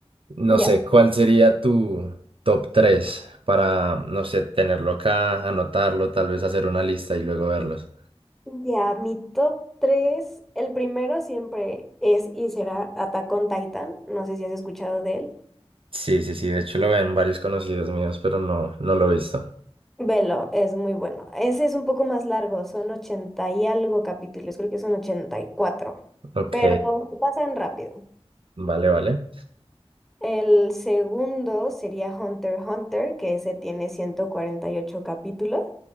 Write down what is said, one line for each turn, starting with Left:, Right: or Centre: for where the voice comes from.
Right: No
Centre: Ya,
Right: sé, ¿cuál sería tu top 3 para, no sé, tenerlo acá, anotarlo, tal vez hacer una lista y luego verlos?
Centre: ya, mi top 3, el primero siempre es y será Attack on Titan, no sé si has escuchado de él.
Right: Sí, sí, sí, de hecho lo ven varios conocidos míos, pero no, no lo he visto.
Centre: Velo, es muy bueno. Ese es un poco más largo, son 80 y algo capítulos, creo que son 84,
Right: Ok,
Centre: pero se pasan rápido.
Right: vale, vale.
Centre: El segundo sería Hunter x Hunter, que ese tiene 148 capítulos,